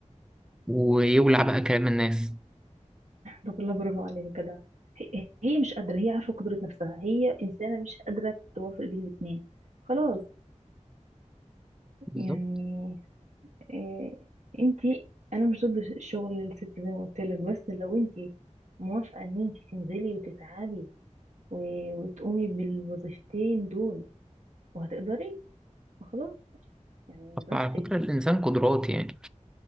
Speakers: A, in the centre; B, on the right.
A: ويولع بقى كلام الناس
B: طب والله برافو عليها جدع هي هي مش قادرة هي عارفة قدرة نفسها هي إنسانة مش قادرة توافق بين الاتنين خلاص
A: بالظبط
B: يعني إيه انتي أنا مش ضد الشغل للست زي ما قلت لك بس لو انتي موافقة إن انتي تنزلي وتتعبي و- وتقومي بالوظيفتين دول وهتقدري فخلاص يعني
A: أصل
B: براحتك
A: على فكرة الإنسان قدرات يعني